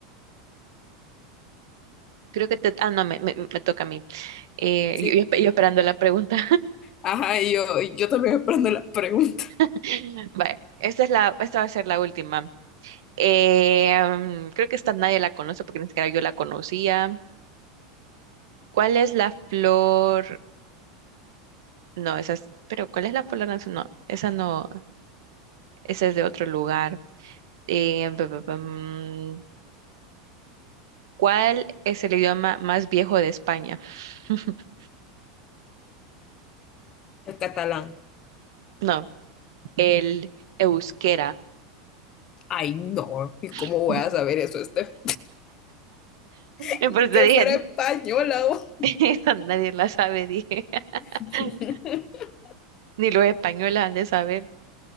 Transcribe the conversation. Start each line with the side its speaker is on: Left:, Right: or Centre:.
Right: Creo que te... Ah, no, me, me, me toca a mí. Eh,
Left: Sí,
Right: yo, yo espe-
Left: te
Right: yo
Left: toca.
Right: esperando la pregunta.
Left: Ajá, y yo, y yo también aprendo la pregunta.
Right: <laughs> Vale, esta es la, esta va a ser la última. Eh, mm, creo que esta nadie la conoce porque ni siquiera yo la conocía. ¿Cuál es la flor? No, esa es... Pero ¿cuál es la flor? nacional? No, esa no, esa es de otro lugar. Eh, bu- bu- bum. ¿Cuál es el idioma más viejo de España? <laughs>
Left: El catalán.
Right: No, el euskera.
Left: Ay, no. ¿Y cómo
Right: <laughs>
Left: voy a saber eso, este? <laughs>
Right: Y
Left: Ni
Right: Por eso
Left: que
Right: dije,
Left: fuera española, vos.
Right: <laughs> esa nadie la sabe, dije.
Left: <laughs>
Right: <laughs> Ni los españoles han de saber,